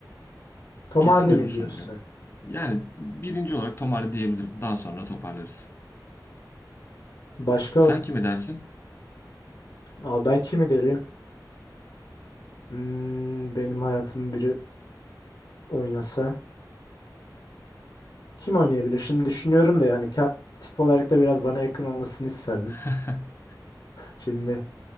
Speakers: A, on the left; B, on the left.
A: Tom
B: Kesin
A: Hardy
B: duymuşsundur
A: mi diyorsun
B: ya.
A: sen?
B: Yani birinci olarak Tom Hardy diyebilirim. Daha sonra toparlarız.
A: Başka
B: Sen kime dersin?
A: Aa, ben kimi derim? Hmm, benim hayatım biri oynasa. Kim oynayabilir? Şimdi düşünüyorum da yani ka- tip olarak da biraz bana yakın olmasını isterdim.
B: <laughs>
A: Şimdi